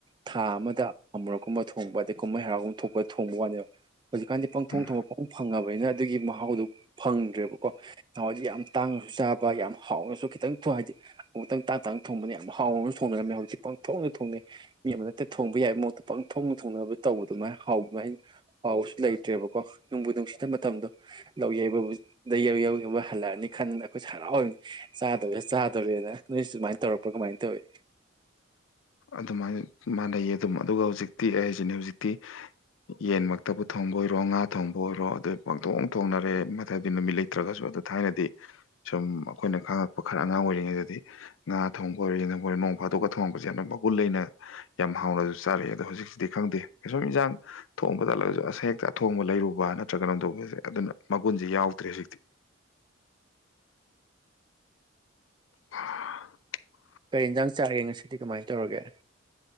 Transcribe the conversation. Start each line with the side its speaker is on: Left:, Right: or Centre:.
Right: ꯊꯥ ꯑꯃꯗ ꯑꯃꯨꯔꯛꯀꯨꯝꯕ ꯊꯣꯡꯕ ꯑꯗꯩ ꯀꯨꯝꯍꯩ ꯍꯔꯥꯎꯒꯨꯝꯕ ꯊꯣꯛꯄ ꯊꯣꯡꯕ ꯋꯥꯅꯦꯕ ꯍꯧꯖꯤꯛꯀꯥꯟꯗꯤ ꯄꯪꯊꯣꯡ
Left: ꯎꯝ
Right: ꯊꯣꯡꯕ ꯄꯪ ꯐꯪꯉꯕꯅꯤꯅ ꯑꯗꯨꯒꯤ ꯃꯍꯥꯎꯗꯨꯣ ꯐꯪꯗ꯭ꯔꯦꯕꯀꯣ ꯅꯍꯥꯟꯋꯥꯏꯁ ꯌꯥꯝ ꯇꯥꯡꯅꯁꯨ ꯆꯥꯕ ꯌꯥꯝ ꯍꯥꯎꯅꯁꯨ ꯈꯤꯇꯪ ꯊꯣꯡ ꯍꯥꯏꯗꯤ ꯑꯃꯨꯛꯇꯪ ꯇꯥꯛ ꯇꯥꯡ ꯊꯣꯡꯕꯅ ꯌꯥꯝ ꯍꯥꯎꯅꯁꯨ ꯊꯣꯡꯅꯔꯝꯃꯦ ꯍꯧꯖꯤꯛ ꯄꯪꯊꯣꯛꯅ ꯊꯣꯡꯅꯩ ꯃꯤ ꯑꯃ ꯅꯠꯇ ꯊꯣꯡꯕ ꯌꯥꯏꯕ ꯃꯍꯨꯠꯇ ꯄꯪꯊꯣꯛꯅ ꯊꯣꯡꯅꯕ ꯇꯧꯕꯗꯨꯃꯥꯏꯅ ꯍꯥꯎꯕꯃꯥꯏꯅ ꯍꯥꯎꯕꯁꯨ ꯂꯩꯇ꯭ꯔꯦꯕꯀꯣ ꯅꯣꯡꯕꯨ ꯅꯨꯡꯁꯤꯠꯠꯇ ꯃꯇꯝꯗꯣ ꯂꯧ ꯌꯩꯕ ꯌ ꯒꯨꯝꯕ ꯍꯜꯂꯛꯑꯅꯤ ꯈꯟꯗꯅ ꯑꯩꯈꯣꯏꯁꯨ ꯍꯔꯥꯎꯕꯅꯤ ꯆꯥꯗꯧꯔꯦ ꯆꯥꯗꯣꯔꯦꯅ ꯅꯣꯏꯁꯨ ꯁꯨꯃꯥꯏꯅ ꯇꯧꯔꯛꯄ꯭ꯔꯥ ꯀꯃꯥꯏꯅ ꯇꯧꯏꯤ
Left: ꯑꯗꯨꯃꯥꯏꯅ ꯃꯥꯟꯅꯩꯌꯦ ꯑꯗꯨꯝ ꯑꯗꯨꯒ ꯍꯧꯖꯤꯛꯇꯤ ꯑꯩ ꯍꯥꯏꯁꯤꯅꯦ ꯍꯧꯖꯤꯛꯇꯤ ꯌꯦꯟꯃꯛꯇꯕꯨ ꯊꯣꯡꯕ ꯑꯣꯏꯔꯣ ꯉꯥ ꯊꯣꯡꯕ ꯑꯣꯏꯔꯣ ꯑꯗꯨ ꯄꯪꯊꯣꯡ ꯊꯣꯡꯅꯔꯦ ꯃꯊꯗꯤ ꯅꯨꯃꯤꯠ ꯂꯩꯇ꯭ꯔꯒꯁꯨ ꯑꯗꯨ ꯊꯥꯏꯅꯗꯤ ꯁꯨꯝ ꯑꯩꯈꯣꯏꯅ ꯈꯪꯉꯛꯄ ꯈꯔ ꯑꯉꯥꯡ ꯑꯣꯏꯔꯤꯉꯩꯗꯗꯤ ꯉꯥ ꯊꯣꯡꯕ ꯑꯣꯏꯔꯦ ꯑꯣꯏꯔꯦ ꯅꯣꯡ ꯐꯥꯗꯣꯛꯒ ꯊꯣꯡꯉꯛꯄꯁꯦ ꯑꯗꯨꯅꯐꯥꯎ ꯃꯒꯨꯟ ꯂꯩꯅ ꯌꯥꯝ ꯍꯥꯎꯅꯁꯨ ꯆꯥꯔꯛꯑꯦ ꯑꯗꯣ ꯍꯧꯖꯤꯛꯇꯤꯗꯤ ꯈꯪꯗꯦ ꯀꯩꯁꯨꯝ ꯏꯟꯁꯥꯡ ꯊꯣꯡꯕ ꯇꯠꯂꯒꯁꯨ ꯑꯁ ꯍꯦꯛꯇ ꯑꯊꯣꯡꯕ ꯂꯩꯔꯨꯕ ꯅꯠꯇ꯭ꯔꯒ ꯀꯩꯅꯣꯝ ꯇꯧꯕꯁꯦ ꯑꯗꯨꯅ ꯃꯒꯨꯟꯁꯦ ꯌꯥꯎꯗ꯭ꯔꯦ ꯍꯧꯖꯤꯛꯇꯤ <unintelligible>
Right: ꯀꯔꯤ ꯌꯦꯟꯖꯥꯡ ꯆꯥꯒꯦ ꯉꯁꯤꯗꯤ ꯀꯃꯥꯏꯅ ꯇꯧꯔꯒꯦ